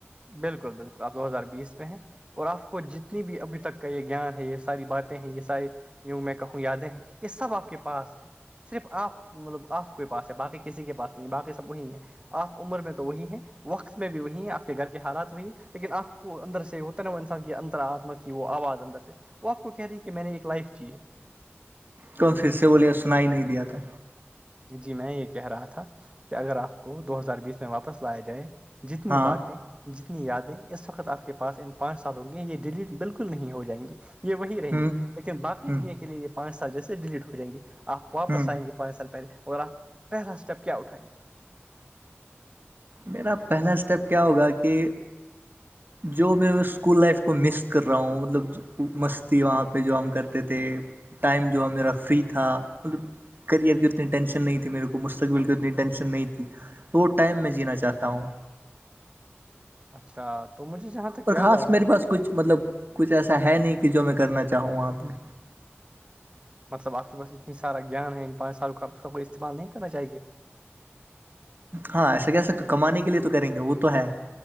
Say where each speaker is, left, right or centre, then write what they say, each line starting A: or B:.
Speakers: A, on the right; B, on the right.
A: بالکل بالکل آپ دو ہزار بیس میں ہیں اور آپ کو جتنی بھی ابھی تک کا یہ گیان ہے یہ ساری باتیں ہیں یہ ساری یوں میں کہوں یادیں ہیں یہ سب آپ کے پاس ہیں صرف آپ مطلب آپ کے پاس ہے باقی کسی کے پاس نہیں ہے باقی سب وہیں ہیں آف عمر میں تو وہی ہیں وقت میں بھی وہی آپ کے گھر کے حالات وہی لیکن آپ کو اندر سے ہوتا ہے نا وہ انسان کے اندر آتمت وہ آواز اندر سے وہ آپ کو کہہ رہی ہے کہ میں نے ایک لائف چی ہے
B: تو ہم پھر سے بوولے سنا ہی نہیں دیا تھا
A: جی میں یہ کہہ رہا تھا کہ اگر آپ کو دو ہزار بیس میں واپس لایا جائے جتنی
B: ہاں
A: باتیں جتنی یادیں اس وقت آپ کے پاس ان پانچ سال ہووں گی ہیں یہ ڈیلیٹ بالکل نہیں ہو جائیں گی یہ وہی رہیں
B: ہوں
A: گے لیکن باقی
B: ہ
A: دنیا کے لیے یہ پانچ سال جیسے ڈیلیٹ ہو جائیں گے آپ واپس
B: ہ
A: آئیں گے پانچ سال پہلے اورگر آپ پہلا اسٹیپ کیا اٹھائیں گے
B: میرا پہلا اسٹیپ کیا ہوگا کہ جو میں اسکول لائف کو مس کر رہا ہوں مطلب مستی وہاں پہ جو ہم کرتے تھے ٹائم جو ہے میرا فری تھا مطلب کرئر کی اتنی ٹینشن نہیں تھی میرے کو مستقبل کی اتنی ٹینشن نہیں تھی تو ٹائم میں جینا چاہتا ہوں
A: اچھا تو مجھے جہاں تک
B: اور
A: یاد
B: خاص
A: آ رہا
B: میرے
A: ہے
B: پاس کچھ مطلب کچھ ایسا ہے نہیں کہ جو میں کرنا چاہوں گ آپ میں
A: مطلب آپ کے پاس اتنی سارا گیان ہے ان پانچ سال کاپ اس کا کو استعمال نہیں کرنا چاہیے
B: ہاں ایسا کیسے کمانے کے لیے تو کریں گے وہ تو ہے